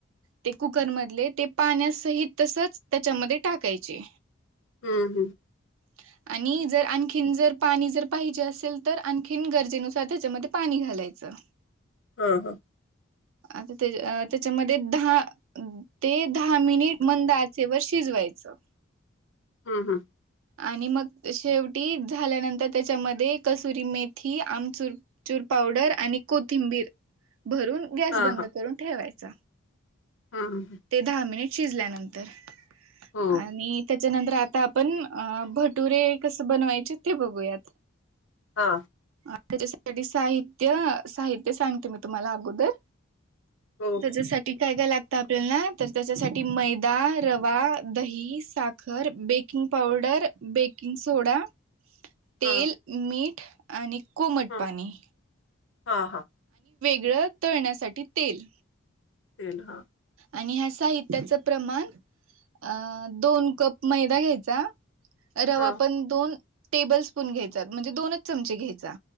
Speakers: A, on the right (about 75°); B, on the left (about 65°).
A: ते कुकर मधले ते पाण्यासहित तसच त्याच्यामध्ये टाकायचे
B: हम्म हम्म.
A: ब्लॅक <inaudible> आणि जर आणखीन जर पाणी जर पाहिजे असेल तर आणखीन गरजेनुसार त्याच्यामध्ये पाणी घालायचं ब्लँक
B: हा हा.
A: आ ते त्या त्याच्यामध्ये दहा ते दहा मिनिट मंद आचेवर शिजवायचं
B: हम्म हम्म
A: आणि मग शेवटी झाल्यानंतर त्याच्यामध्ये कसुरी मेथी आमचुर चुर पावडर आणि कोथिंबीर भरून गॅस
B: हा,
A: बंद
B: हा,
A: करून ठेवायचा.
B: हम्म, हम्म,
A: ते दहा मिनिट शिजल्यानंतर आणि
B: हो,
A: त्या त्याच्यानंतर आता आपण अ भटुरे कस बनवायचे ते बघूयात
B: हा,
A: त्याच्यासाठी <unintelligible> साहित्य साहित्य सांगते मी तुम्हाला अगोदर
B: हो, हो,
A: त्याच्यासाठी काय काय लागत. ल्या ना तर त्याच्यासाठी मैदा रवा दही साखर baking powder baking soda तेल
B: हा,
A: मीठ आणि कोमट
B: हा,
A: पाणी
B: हा हा
A: गळं तळण्यासाठी तेल
B: तेल हा.
A: आणि ह्या साहित्याचं प्रमाण अ दोन कप मैदा घ्यायचा रवा
B: हा,
A: आपण दोन टेबल स्पून घ्यायचात म्हणजे दोनच चमचे घ्यायचा.